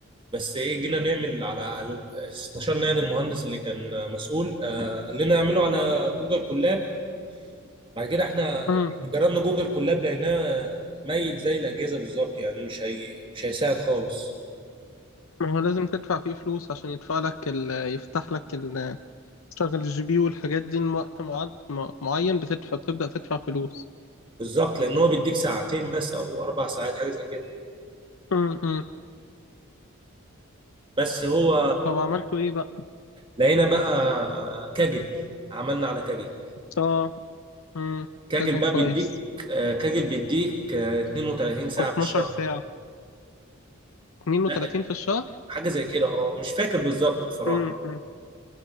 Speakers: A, on the right; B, on the left.
A: بس ايه جينا نعمل على على- استشرنا يعني المهندس اللي كان مسؤول آه، قال لنا اعمله على جوجل كولاب بعد كده احنا
B: مم.
A: جربنا جوجل كولاب لقيناه ميت زي الاجهزه بالظبط يعني مش هي... مش هيساعد خالص
B: ما هو لازم تدفع فيه فلوس عشان يدفع لك ال... يفتح لك ال... تشتغل الجي بي والحاجات دي وقت معد... م- معين بتدفع بتبدأ تدفع فلوس
A: بالظبط لان هو بيديك ساعتين بس او اربع ساعات حاجه زي كده
B: مم. مم.
A: بس هو
B: طب عملتوا ايه بقى؟
A: لقينا بقى كاجل عملنا على كاجل
B: اه مم.
A: كاجل
B: كان
A: بقى
B: كويس
A: بيديك آه، كاجل بيديك آه، 32 ساعة
B: 12
A: في الشهر
B: ساعة 32
A: لا
B: في الشهر
A: حاجة زي كده اه مش فاكر بالظبط بصراحة
B: امم